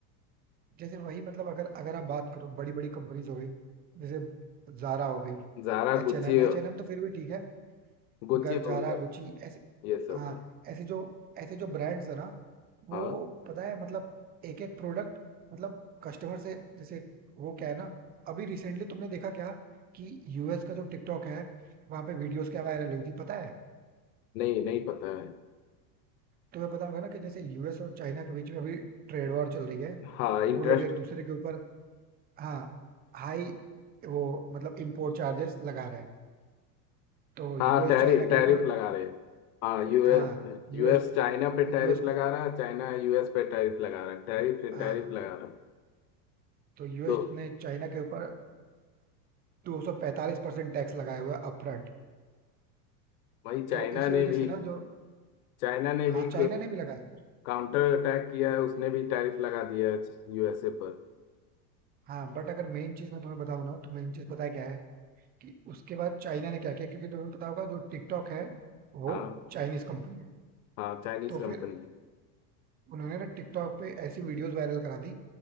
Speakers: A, on the right; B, on the left.
A: जैसे वही मतलब अगर अगर आप बात करो बड़ी बड़ी कंपनीज हो गई जैसे जारा हो गई
B: Zara
A: एच
B: Gucci
A: एन एम एच एन एम तो फिर भी ठीक है
B: गुच्ची
A: ग-
B: हो
A: जारा
B: गया
A: गुची ऐसे
B: ये सब
A: हाँ ऐसे जो ऐसे जो ब्रांड्स है ना वो
B: हाँ
A: पता है मतलब एक एक प्रोडक्ट मतलब कस्टमर से जैसे वो क्या है ना अभी रिसेंटली तुमने देखा क्या कि यूएस का जो टिकटॉक है वहां पे वीडियोस क्या वायरल हुई थी पता है
B: नहीं नहीं पता है
A: तुम्हें पता होगा ना कि जैसे यूएस और चाइना के बीच में अभी ट्रेड वॉर चल रही है
B: हाँ इंटरेस्ट
A: वो लोग एक दूसरे के ऊपर हाँ हाई वो मतलब इम्पोर्ट चार्जेस लगा रहे हैं तो यूएस
B: हाँ टैरिफ
A: चाइना के
B: टैरिफ
A: ऊपर
B: लगा रहे हैं हाँ यूएस
A: हाँ यूएस
B: यूएस चाइना पे टैरिफ
A: यूएस
B: लगा रहा है चाइना यूएस पे टैरिफ लगा रहा है टैरिफ पे
A: हाँ
B: टैरिफ लगा रहा है
A: तो यूएस
B: तो
A: ने चाइना के ऊपर दो सौ पैंतालीस परसेंट टैक्स लगाया हुआ है अपफ्रंट
B: वही चाइना
A: तो इसी
B: ने
A: वजह
B: भी
A: से ना जो
B: चाइना ने भी
A: हाँ चाइना ने भी लगाया है
B: काउंटर अटैक किया है उसने भी टैरिफ लगा दिया है यूएसए पर
A: हाँ बट अगर मेन चीज मैं तुम्हें बताऊं ना तो मेन चीज पता है क्या है कि उसके बाद चाइना ने क्या किया क्योंकि तुम्हें पता होगा जो टिकटॉक है वो
B: हाँ
A: चाइनीज कंपनी है
B: हाँ चाइनीज
A: तो
B: कंपनी
A: फिर उन्होंने ना टिकटॉक पे ऐसी वीडियोस वायरल करा दी